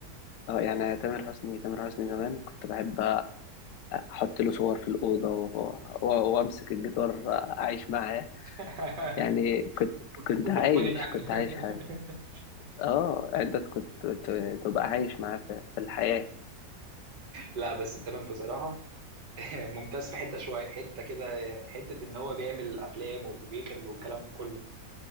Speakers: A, on the left (about 80°); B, on the right (about 80°).
A: اه يعني تامر حسني تامر حسني زمان كنت بحب احط له صور في الأوضة و- و- وامسك الجيتار اعيش معاه
B: <laughs>
A: يعني كنت كنت
B: وتليفوني
A: عايش
B: الان
A: كنت عايش
B: <laughs>
A: حاجة اه انت كنت ت- تبقى عايش معاه في في الحياة
B: لا بس تمام بصراحه <laughs> ممتاز في حته شويه حته كده حته ان هو بيعمل افلام وبيخرج والكلام ده كله